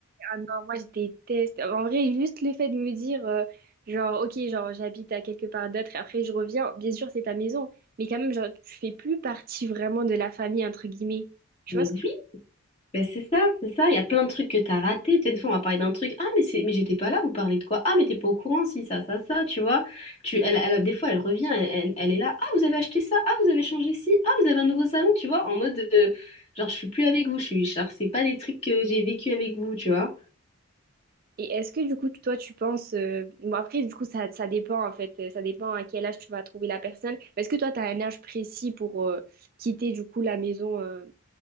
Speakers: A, on the right; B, on the left.
A: Ah non, moi je déteste. En vrai, juste le fait de me dire, euh, genre, ok, genre j'habite à quelque part d'autre et après je reviens, bien sûr c'est ta maison, mais quand même, genre, tu fais plus partie vraiment de la famille, entre guillemets. Tu
B: Mais
A: vois ce
B: oui,
A: que...
B: ben c'est ça, c'est ça. Il y a plein de trucs que t'as ratés. Tu sais, des fois, on va parler d'un truc. Ah, mais c'est, mais j'étais pas là, vous parlez de quoi? Ah, mais t'es pas au courant, si, ça, ça, ça, tu vois. Tu, elle, elle- des fois, elle revient, elle, elle- elle est là. Ah, vous avez acheté ça. Ah, vous avez changé ci. Ah, vous avez un nouveau salon, tu vois. En mode. euh, genre, je suis plus avec vous. Je suis, genre, c'est pas des trucs que j'ai vécu avec vous, tu vois.
A: Et est-ce que du coup, toi, tu penses... euh, Bon, après, du coup, ça, ça dépend en fait, euh, ça dépend à quel âge tu vas trouver la personne. Mais Est-ce que toi, tu as un âge précis pour euh, quitter du coup la maison euh,